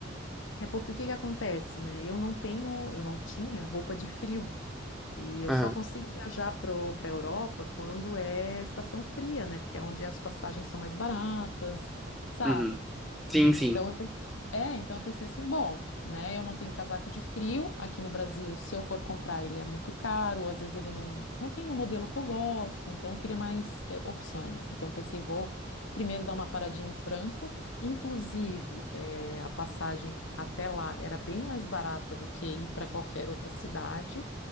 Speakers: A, on the left; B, in the centre.
A: É porque o que que acontece, né? Eu não tenho, eu não tinha roupa de frio. E eu
B: Aham.
A: só consigo viajar para a Europa quando é estação fria, né? Porque é onde as passagens são mais baratas, sabe?
B: Uhum. Sim, sim.
A: Então eu, pen- é, então eu pensei assim, bom, né? Eu não tenho casaco de frio aqui no Brasil. Se eu for comprar, ele é muito caro. Às vezes ele não não tem no modelo que eu gosto. Então eu queria mais é, opções. Então eu pensei, vou primeiro dar uma paradinha em Frankfurt. Inclusive, é, a passagem até lá era bem mais barata do que ir para qualquer outra cidade.